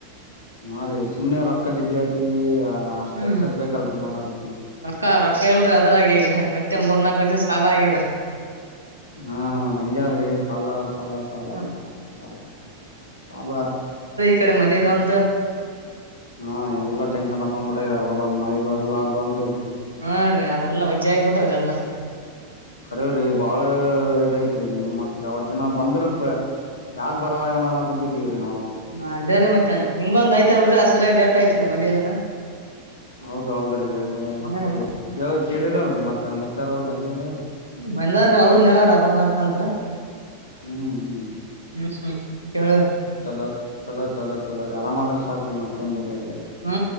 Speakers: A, on the left; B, on the right.
A: ನಾ ರೀ ಸುಮ್ನೆ ರೊಕ್ಕ ಜಗ್ಗಿ ಯ್ತಿ ಅಷ್ಟ್
B: ಹ್ಮ್
A: ಐಸದ್ ಬೇಕಲ್ರರಿ ಮಾಡತ್ತ
B: ರೊಕ್ಕ ರೊಕ್ಕ ಇಲ್ರರಿ ಅದರಗಿ ಈಗ ಮತ್ತೆ ಮೂರ್ ನಾಕ ಲಕ್ಷದ ಸಾಲ ಆಗ್ಯದ್ರೀ
A: ಹಾ ಮತ್ತತ್ ಹಂಗ ಆದ್ರಿ ಸಾಲ ಸಾಲ ಸಾಲ
B: ಹ್ಮ
A: ಇಲ್ತಾನ ಸಾಲ ಸಾಲ
B: ಏಕದೆ ಮನೆದೊಂದು
A: ಹಾ ಎಲ್ಲ ಟೆನ್ಷನ್ ಹಾಕೊಂಡ್ಬಿಟ್ಟ ಇದಾಗಲ್ಲ ಮಳಿ ಬರ್ಲ್ಲಲಾರದು ಒಂದು
B: ಹಾ ರೀ ಅ್ರಲ್ಲ ವಜ್ಜ ಆಗಿಬ ಬಿಟ್ಟದ್ರೆಲ್ಲ
A: ಅರೇವಿ ಬಾಳ ಇದಐತ್ರಿ ನೀ ಏನ್ ಮಾಡ್ತಿರಿ ಅವತ್ ದಿನ ಬಂದ್ರಪ ಯಾಕ ಬರಲ್ಲಾಗನಲ್ಲ ಕುಂತಿದ್ದೀವ್ರೀ ನಾವು
B: ಹಾ ಅದೇರಿ ಮತ್ತೆನ್ ಹಿಂಗೊಂದ್ ಆಯತಲ್ರಿ ಅಸಲೇ ಲೇಟ್ ಆಯ್ತ್ರಿ ಮನ ಇದನ
A: ಹೌದ್ ಹೌದ್ರೀ ಅ ಮತ್ತೆ
B: ಹ್ಮ್
A: ಕೇಳ ಕೇಳಿರಲ್ರರಿ ಮತ್ತೆ ಮತ್ತಾರ ಅವರು ಬಂದಿದ್ರೀ
B: ಬಂದಾರ್ರ ಅವ್ರ ನೆರ ಅದ ಮಾಡ್ತಂತ್
A: ಹ್ಮ್ ಹ್ಮ್
B: ಹ್ಮ್ ಕೇಳ್ರ
A: ಚಲೋ ಚಲೋ ಚಲೋ ಚಲೋ ರ ಆರಾಮ ಆದ್ರ ಸಾಕ್ರರಿ ಮತ್ತೇಏನ್ ಬೇಕಾಗಿದೆ
B: ಹ್ಮ